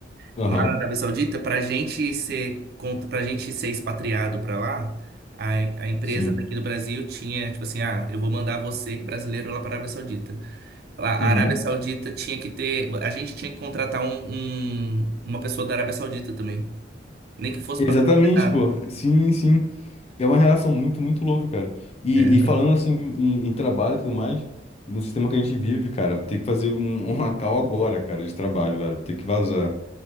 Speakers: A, on the left; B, on the right.
A: Aham,
B: Lá na Arábia Saudita, para gente ser, para gente ser expatriado para lá, a, a empresa
A: sim.
B: daqui do Brasil tinha, tipo assim, ah, eu vou mandar você, brasileiro, lá para a Arábia Saudita. Lá, a
A: Uhum.
B: Arábia Saudita tinha que ter, a gente tinha que contratar um, um- uma pessoa da Arábia Saudita também. Nem que fosse
A: Exatamente,
B: para não fazer nada.
A: pô. Sim, sim. É uma relação muito, muito louca, cara. E,
B: É,
A: e
B: tá.
A: falando assim em, em trabalho e tudo mais, e no sistema que a gente vive, cara, tem que fazer um, um call agora, cara, de trabalho, velho. Tem que vazar.